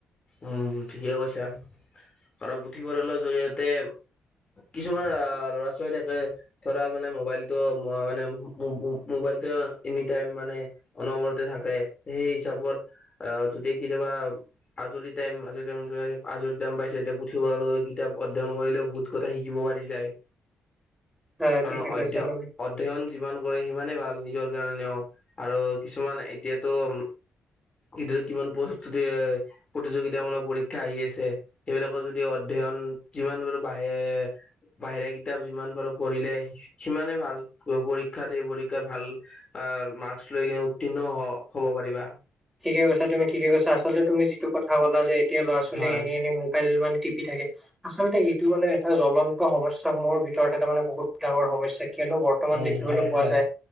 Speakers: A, on the left; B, in the centre.
A: উম ঠিকে কৈছা কাৰণ পুথিভঁৰালৰ জৰিয়তে কিছুমান আহ ল'ৰা ছোৱালী থাকে - ধৰা মানে মোবাইলটো মানে মো মো মোবাইলটো এনি টাইম মানে- অনবৰতে থাকে, সেই হিচাপত আহ যদি কেতিয়াবা- আজৰি টাইম আজৰি টাইম ধৰা আজৰি টাইম পাইছে এতিয়া পুথিভৰালৈ গৈ কিতাপ অধয়ন কৰিলেও বহুত- কথা শিকিব পাৰি যায়,
B: পৰা হয় ঠিকে
A: আৰু অধ্যয়-
B: কৈছা তুমি
A: অধ্যয়ন যিমান কৰে সিমানেই ভাল নিজৰ কাৰণেও আৰু কিছুমান এতিয়াতো - এইদৰে কিমান প্ৰস্তু দিয়ে - প্ৰতিযোগিতামূলক পৰীক্ষা আহি আছে সেইবিলাকৰ যদি অধ্যয়ন যিমান পাৰো বাহিৰ- বাহিৰা কিতাপ যিমান পাৰো পঢ়িলে সিমানে ভাল পৰীক্ষাত সেই পৰীক্ষাৰ ভাল- মাস্ক লৈ কিনে উত্তীৰ্ণ হব পাৰিবা।
B: ঠিকেই কৈছা তুমি ঠিকেই কৈছা আচলতে তুমি যিটো কথা' কলা যে এতিয়া ল' ছোৱালী
A: হয়
B: এনেই এনেই ম'বাইল মানে টিপি থাকে। আচলতে এইটো মানে এটা জ্বলন্ত সমস্যা সমূহৰ ভিতৰত এটা মানে বহুত ডাঙৰ সমস্যা কিয়নো বৰ- বৰ্তমান
A: উম
B: দেখিবলৈ
A: হয়
B: পোৱা
A: হয়
B: যায়,